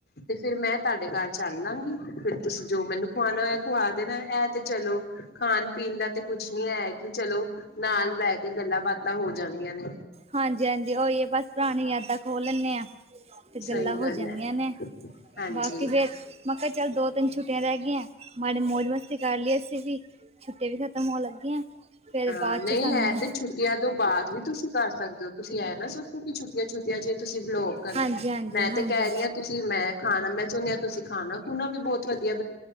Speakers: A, on the left; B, on the right.
A: ਤੇ ਫੇਿਰ ਮੈਂ ਤੁਹਾਡੇ ਘਰ ਚੱਲ ਲਾਂਗੀ ਫੇਰ ਤੁਸੀਂ ਜੋ ਮੈਨੂੰ ਖਵਾਣਾ ਮ ਖਵਾ ਦੇਣਾ ਇਹ ਤੇ ਚਲੋ ਖਾਣ ਪੀਣ ਦਾ ਤੇ ਕੁਛ ਨੀ ਹੈ ਕਿ ਚਲੋ ਨਾਲ ਬਹਿ ਕੇ ਤੇ ਗੱਲਾਂ ਬਾਤਾਂ ਹੋ ਜਾਂਦੀਆਂ ਨੇ
B: ਹਾਂਜੀ-ਹਾਂਜੀ ਉਹੀਏ ਬਸ ਪੁਰਾਣੀ ਯਾਦਾਂ ਖੋਲ ਲੈਂਣੇ ਆ ਤੇ ਗੱਲਾਂ
A: ਸਹੀ
B: ਹੋ
A: ਗੱਲ
B: ਜਾਂਦੀਆਂ
A: ਹੈ
B: ਨੇ
A: ਹਾਂਜੀ
B: ਬਾਕੀ ਫੇਰ ਮੈਂ ਕਿਹਾ ਚੱਲ ਦੋ ਤਿੰਨ ਛੁੱਟੀਆਂ ਰਹਿ ਗਈਆਂ ਮਾੜੀ ਮੌਜ ਮਸਤੀ ਕਰ ਲਈਏ ਅਸੀਂ ਵੀ ਛੁੱਟਟੀ ਵੀ ਖ਼ਤਮ ਹੋਣ ਲੱਗੀਆਂ- ਫਿਰ
A: ਹਾਂ
B: ਬਾਅਦ
A: ਨਹੀਂ
B: ਚ ਸਾਨੂੰ
A: ਇਹ ਤੇ ਛੁੱਟੀਆਂ ਤੋਂ ਬਾਅਦ ਵੀ ਤੁਸੀਂ ਕਰ ਸਕਦੇ ਤੁਸੀਂ ਆਏ ਨਾ ਸਭੋ ਕਿ ਛੱਟੀਆਂ-ਛੁਟੀਆਂ ਚੇ ਤੁਸੀਂ ਲੋਕ
B: ਹਾਂਜੀ ਹਾਂਜੀ
A: ਮੈਂ
B: ਹਾਂਜੀ
A: ਤੇ ਕਹਿ ਰਹੀ ਹਾਂ ਤੁਸੀਂ ਮੈਂ ਖਾਣਾ ਮੈਂ ਸੁਣਿਆ ਤੁਸੀਂ ਖਾਣਾ ਖੂਣਾ ਵੀ ਬਹੁਤ ਵਧੀਆ